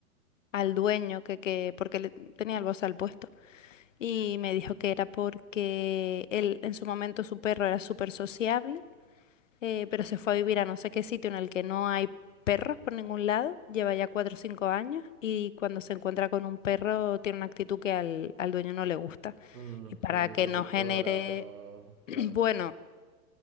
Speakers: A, on the left (about 55°); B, on the right (about 65°).
A: al dueño que, que, porque le, tenía el bozal puesto. Y me dijo que era porque él en su momento su perro era súper sociable eh, pero se fue a vivir a no sé qué sitio en el que no hay perros por ningún lado, lleva ya cuatro o cinco años y cuando se encuentra con un perro tiene una actitud que al, al dueño no le gusta.
B: Mm,
A: Y para
B: como muy
A: que
B: protectora
A: no genere,
B: o...
A: <clears throat>
B: Claro,
A: bueno,